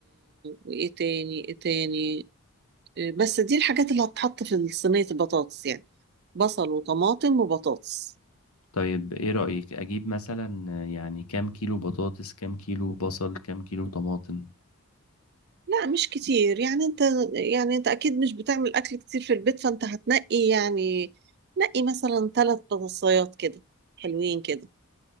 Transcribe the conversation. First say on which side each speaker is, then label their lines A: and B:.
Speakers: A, on the right; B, on the left.
A: وايه تاني ايه تاني بس دي الحاجات اللي هتتحط في صينية البطاطس يعني بصل وطماطم وبطاطس
B: طيب ايه رأيك اجيب مثلا آه، يعني كام كيلو بطاطس كام كيلو بصل كام كيلو طماطم
A: لا مش كتير يعني انت يعني انت اكيد مش بتعمل اكل كتير في البيت فانت هتنقي يعني نقي مثلا ثلاث بطاطسيات كده حلوين كده